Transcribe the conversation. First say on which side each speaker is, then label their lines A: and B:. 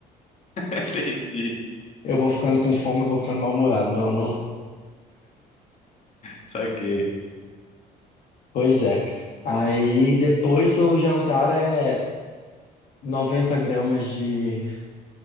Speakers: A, on the left (about 45°); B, on the left (about 60°).
A: <laughs> Entendi.
B: Eu vou ficando com fome, eu vou ficando mal-humorado. Não, não...
A: Saquei.
B: Pois é. Aí depois o jantar é 90 gramas de